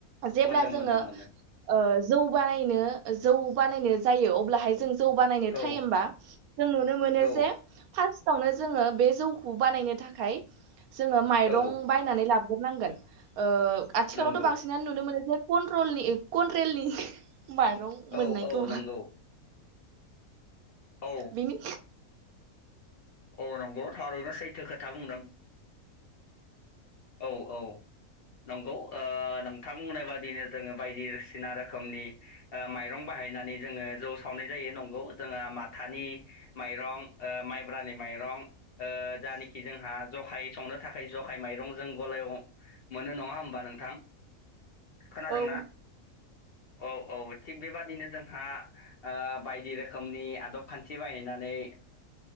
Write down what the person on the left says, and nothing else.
मोनो मोनो
मोनो
औ
औ
औ
नंगौ
औ औ नंगौ औ
औ नंगौ थारैनो सैथो खोथा बुंदों औ औ नंगौ ओ नोंथां बुंनाय बादिनो जोङो बायदिसिना रोखोमनि ओ माइरं बाहायनानै जोङो जौ सावनाय जायो नंगौ जोंहा माथानि माइरं ओ माइ माइरं ओ जानिखि जोंहा जखाय संनो थाखाय जखाय माइरं जों गलायाव मोनो नङा होमबा नोंथां खोनादोंना?
औ औ थिग बेबादिनो जोंहा ओ बायदि रोखोमनि आदब खान्थि बाहायनानै